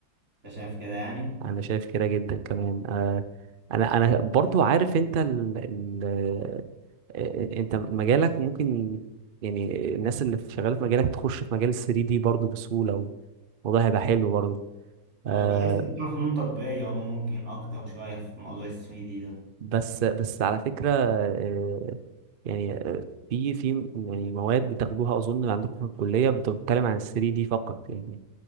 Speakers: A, on the right; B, on the right.
A: أنت شيء شايف كده يعني؟
B: انا شايف كده جدا كمان آه انا انا برضو عارف انت ال ال آه، آه، انت مجالك ممكن يعني الناس اللي في- شغاله في مجالك تخش في مجال ال 3 دي برضو بسهوله والموضوع هيبقى حلو برضو آه
A: هو بحس إن بتوع فنون تطبيقية هما ممكن أكتر شوية في موضوع ال 3D
B: بس بس على فكره آه يعني آه، في في يعني مواد بتاخدوها اظن عندكم في الكليه بتتكلم عن ال 3 دي فقط يعني